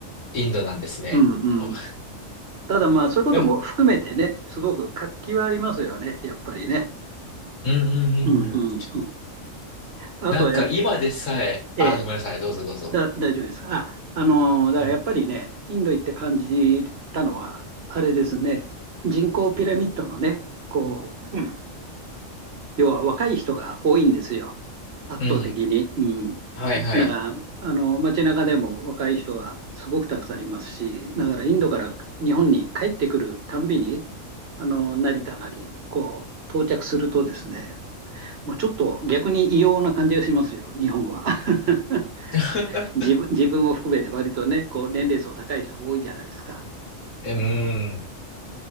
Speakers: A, on the left; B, on the right.
A: インドなんですね。
B: うんうん。
A: お <laughs> う
B: ただまあ、そういうことも含めてね、
A: ん
B: すごく活気はありますよね、やっぱりね。
A: うんう
B: うんうんうん。
A: んうん。
B: あとはやっ、
A: なんか今でさえ、
B: ええ、
A: あー、ごめんなさい。どうぞどうぞ。
B: だ、大丈夫です。あ、あのーだからやっぱりね、
A: うん。
B: インド行って感じたのは、あれですね、人口ピラミッドのね、こう、要は若い人が多いんですよ、圧倒的に。
A: うん。
B: うん、
A: はいはい。
B: だから、あの、街中でも若い人がすごくたくさんいますし、だからインドから日本に帰ってくるたんびに、あの、成田なり、こう、到着するとですね、もうちょっと逆に異様な感じがしますよ、日本は。<laughs>
A: <laughs>
B: 自分、自分を含めて割とね、こう、年齢層高い人多いじゃないですか。
A: うーん。